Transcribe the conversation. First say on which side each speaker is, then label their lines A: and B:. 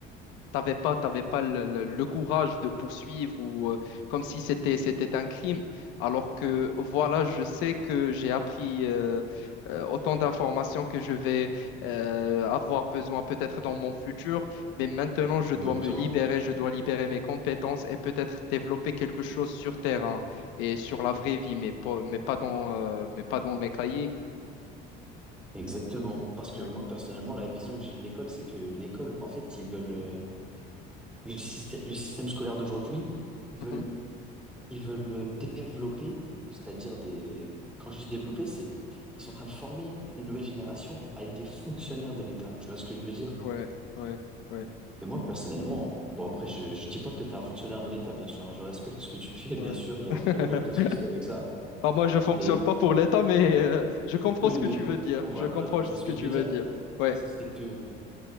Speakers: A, on the left (about 85°); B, in the centre.
A: t'avais pas, t'avais pas le, le- le courage de poursuivre ou euh, comme si c'était, c'était un crime. Alors que voilà, je sais que j'ai appris euh, euh, autant d'informations que je vais euh, avoir besoin peut-être dans mon futur, mais maintenant je dois
B: Exactement.
A: me libérer, je dois libérer mes compétences et peut-être développer quelque chose sur terrain et sur la vraie vie, mais pas, mais pas dans, euh, mais pas dans mes cahiers.
B: Exactement, parce que
A: Ouais,
B: moi personnellement, la vision que j'ai de l'école, c'est que l'école, en fait, ils veulent euh, le système, le système scolaire d'aujourd'hui, ils
A: Mhm.
B: veulent, ils veulent le développer, c'est-à-dire des. Quand je dis développer, c'est ils sont en train de former les nouvelles générations à être des fonctionnaires de l'État. Tu vois ce que je veux dire?
A: ouais, ouais, ouais.
B: Et moi personnellement, bon après, je, je dis pas que tu es un fonctionnaire de l'État, bien sûr, hein, je respecte ce que tu <laughs> fais,
A: ouais.
B: bien sûr, il y
A: <laughs>
B: a aucun, il y a aucun souci avec ça.
A: Bah, moi, je fonctionne
B: Mais
A: pas pour l'État, mais euh, je comprends
B: oui,
A: ce
B: mais
A: que tu veux dire.
B: on
A: Je
B: va-
A: comprends
B: on tu
A: ce
B: vois ce
A: que
B: que
A: tu
B: je veux
A: veux
B: dire?
A: dire. Ouais.
B: C'est que